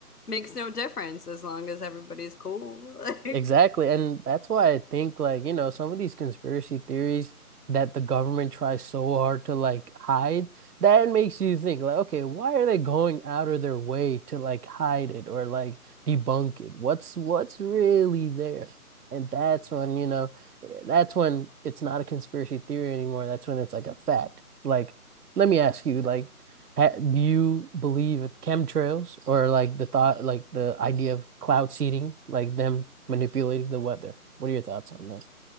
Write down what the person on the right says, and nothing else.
exactly.
And that's why I think like, you know, some of these conspiracy theories that the government tries so hard to like hide, that makes you think like, okay, why are they going out of their way to like hide it or like debunk it? What's what's really there? And that's when, you know, eh, that's when it's not a conspiracy theory anymore. That's when it's like a fact. Like, let me ask you, like, Ha do you believe in chemtrails or like the thought, like the idea of cloud seeding, like them manipulating the weather? What are your thoughts on that?